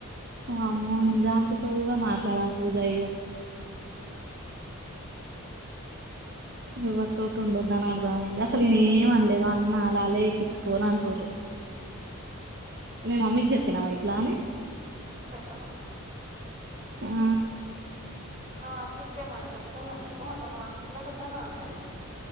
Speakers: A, on the right; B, on the right.
A: వామ్మో నిజానికితోడు గూడా మాట్లాడన్ పూజ అయ్యా
B: చెప్పందు
A: ఎవరితోటు ఉండొద్దన్నరు రా ఏంది అసలు నేన్ ఏమిఅనలేదు అన్ అలాలే ఎక్కిచ్చుకొరు అంటుర్రు మేము మమ్మీకి జెప్పినావా ఇట్లా అని
B: చెప్పల
A: ఉఆ
B: ఆ చొప్తే ఏమన్న చెప్తుంద నీకు మాతోను మాట్లాడొద్దాని అంటారు